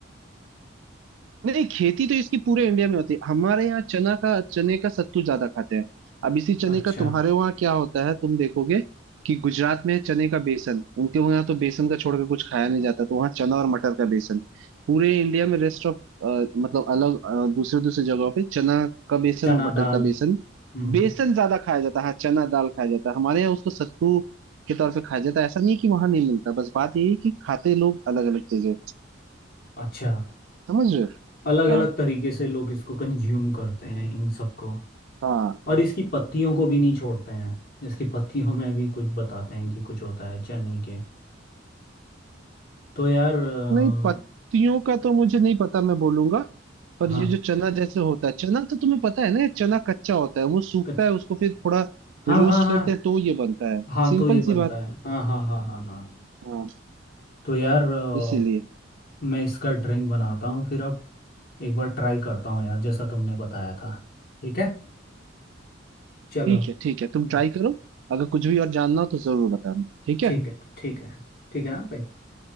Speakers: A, on the right (about 75°); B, on the left (about 55°).
A: नहीं खेती तो इसकी पूरे इंडिया में होती है हमारे यहाँ चना का चने का सत्तू ज्यादा खाते हैं अब इसी चने
B: अच्छा
A: का तुम्हारे वहाँ क्या होता है तुम देखोगे कि गुजरात में है चने का बेसन उनके वहाँ तो बेसन का छोड़ के कुछ खाया नहीं जाता तो वहाँ चना और मटर का बेसन पूरे इंडिया में रेस्ट ऑफ मतलब अलग अ, दूसरे दूसरे जगहों पे चना का बेसन
B: चना
A: मटर
B: दाल
A: का बेसन
B: हम्म
A: बेसन ज्यादा खाया जाता है हाँ, चना दाल खाया जाता है हमारे यहाँ उसको सत्तू के तौर पे खाया जाता है ऐसा नहीं है कि वहां नहीं मिलता बस बात यही है कि खाते लोग अलग अलग चीजें
B: अच्छा
A: समझ रहे हो
B: अलग अलग
A: हाँ
B: तरीके से लोग इसको कंज्यूम करते हैं इन सबको
A: हाँ
B: और इसकी पत्तियों को भी नहीं छोड़ते हैं इसकी पत्तियों में भी कुछ बताते हैं कि कुछ होता है चने के तो यार अ,
A: नहीं पत्तियों का तो मुझे नहीं पता मैं बोलूंगा पर
B: हाँ
A: ये जो चना जैसे होता है चना तो तुम्हें पता है ना चना कच्चा होता है वो सूखता
B: कच
A: है उसको फिर थोड़ा
B: हाँ
A: रोस्ट
B: हाँ हाँ
A: करते हैं तो ये बनता है
B: हाँ
A: सिंपल
B: तो ये
A: सी
B: बनता
A: बात
B: है हाँ हाँ हाँ हाँ हाँ
A: हाँ
B: तो यार अ,
A: इसीलिए
B: मैं इसका ड्रिंक बनाता हूँ फिर अब एक बार ट्राई करता हूँ यार जैसा तुमने बताया था ठीक है चलो
A: ठीक
B: हम्म,
A: है ठीक है तुम ट्राई करो अगर कुछ भी और जानना हो तो जरूर बताना ठीक
B: ठीक
A: है
B: है ठीक है ठीक है हाँ भाई